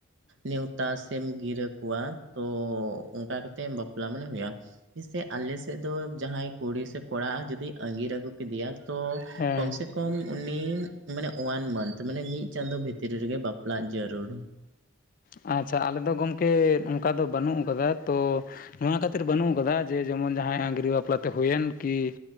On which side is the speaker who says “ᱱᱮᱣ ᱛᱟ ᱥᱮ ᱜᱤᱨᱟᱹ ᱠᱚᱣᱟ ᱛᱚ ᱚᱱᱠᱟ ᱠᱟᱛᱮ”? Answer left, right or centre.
Right